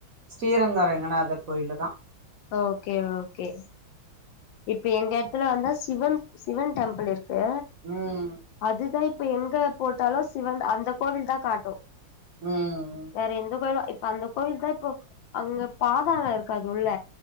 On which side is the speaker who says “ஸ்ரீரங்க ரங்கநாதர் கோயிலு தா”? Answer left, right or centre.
Right